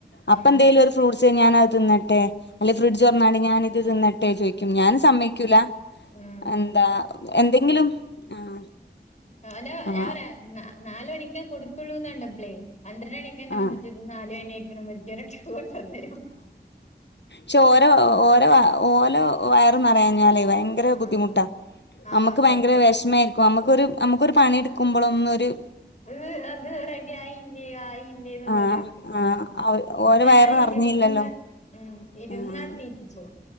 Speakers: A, on the left; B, on the left.
A: അപ്പ
B: ആഹ്
A: എന്തേലൊര് ഫ്രൂട്ട്സ് ഞാനത് തിന്നട്ടെ അല്ലെ ഫ്രിഡ്ജ് തോറന്നാണ്ട് ഞാനിത് തിന്ന ട്ടെ ചോയിക്കും ഞാൻ സമ്മയ്ക്കൂല
B: ആഹ്
A: എന്താ എന്തെങ്കിലും ആഹ്
B: ഓന്റെ ഞാൻ
A: ആഹ്
B: പറയാ നാ നാല് മണിക്കെ കൊടുക്കുള്ളൂന്ന് കണ്ടപ്ലേ പന്ത്രണ്ട് മണിക്ക് ന്നെ
A: ആഹ്
B: വന്നിട്ട് നാല്ണിയിക്ക്ണ് ഇമ്മച്ചേ റ്ഞ്ഞ്ട്ട് കൊണ്ടന്നരും
A: ചോ ഓര ഓര ഓലെ ഓ വയറ് നറയാഞ്ഞാലേ ഭയ ങ്കര
B: ആഹ്
A: ബുദ്ധിമുട്ടാ
B: ആഹ്
A: നമക്ക് ഭയങ്കര
B: സത്യം
A: വെഷമ ആയിരിക്കും നമക്കൊരു നമക്കൊരു പണി എടുക്കുമ്പളൊന്നും ഒര്
B: ഇത് അത് റെഡി ആയില്ലേ ആയില്ലേ ന്നുള്ളര്
A: ആഹ്
B: ആഹ്
A: അവ ഓര
B: ഞാൻ
A: വയറ് നിറഞ്ഞില്ലല്ലോ
B: ഇരു ന്ന് ഇരുന്നാട്ട്
A: ആഹ്
B: തീ റ്റിച്ചേ